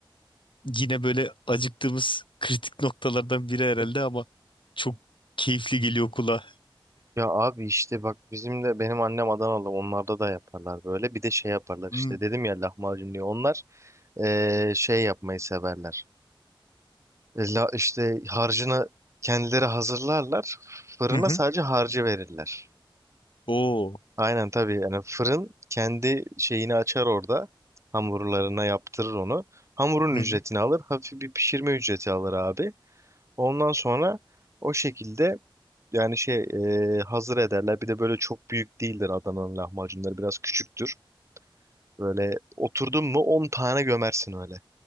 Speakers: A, on the left; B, on the right.
A: yine böyle acıktığımız kritik noktalardan biri herhalde ama çok keyifli geliyor kulağa.
B: Ya abi işte bak bizim de benim annem Adanalı onlarda da yaparlar böyle. Bir de şey yaparlar
A: Hmm.
B: işte dedim ya lahmacun diye. Onlar eee, şey yapmayı severler. E, La, işte harcını kendileri hazırlarlar. Fırına
A: Hı hı.
B: sadece harcı verirler.
A: Oo.
B: Aynen tabii yani fırın kendi şeyini açar orada. Hamurlarına yaptırır onu. Hamurun
A: Hı hı.
B: ücretini alır. Hafif bir pişirme ücreti alır abi. Ondan sonra o şekilde yani şey e, hazır ederler. Bir de böyle çok büyük değildir Adana'nın lahmacunları. Biraz küçüktür. Böyle oturdun mu 10 tane gömersin öyle.